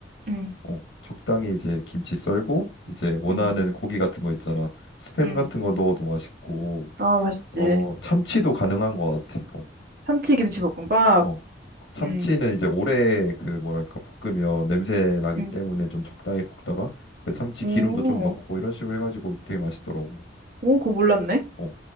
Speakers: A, on the right (about 55°); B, on the left (about 70°).
A: 음,
B: 어, 적당히 이제 김치 썰고 이제 원하는
A: 음,
B: 고기 같은 거 있잖아. 스팸
A: 음.
B: 같은 거 넣어도 맛있고
A: 아 맛있지.
B: 어 참치도 가능한 것 같아. 어,
A: 참치 김치볶음밥.
B: 어. 참치는
A: 음,
B: 이제 오래 그 뭐랄까 볶으면 냄새 나기
A: 음.
B: 때문에 좀 적당히 볶다가 그 참치
A: 오,
B: 기름도 좀 넣고 이런 식으로 해가지고 되게 맛있더라고.
A: 오 그거 몰랐네.
B: 어